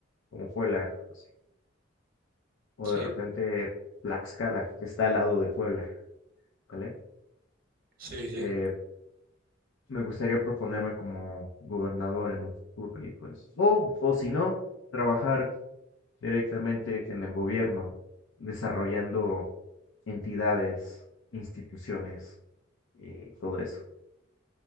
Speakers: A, on the left (about 80°); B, on the right (about 50°).
A: como Puebla, así, o
B: Sí,
A: de repente Tlaxcala, que está al lado de Puebla, ¿vale?
B: sí, sí.
A: Eh, me gustaría proponerme como gobernador en un futuro y pues, o, o si no, trabajar directamente en el gobierno, desarrollando entidades, instituciones y todo eso.